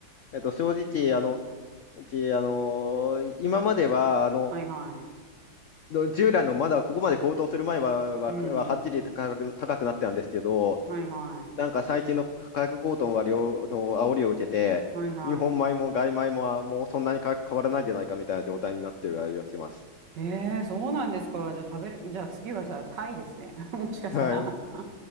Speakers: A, on the left (about 70°); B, on the right (about 65°).
A: えっと、正直、あの、うち、あの、今までは、あの、
B: はいは
A: 従来のまだここまで高騰する前は、は、
B: い。うん。
A: ははっきり高く、高くなってたんですけど、
B: はいはい。
A: なんか最近の価格高騰は両の煽りを受けて、
B: はいは
A: 日本米も外米もあもうそんなにか変わらないじゃないかみたいな状態になってるありはします。
B: い。えー、そうなんですか。じゃあ食べる、じゃあ次はじゃあタイですね。<laughs> もしかしたら
A: はい。
B: <laughs>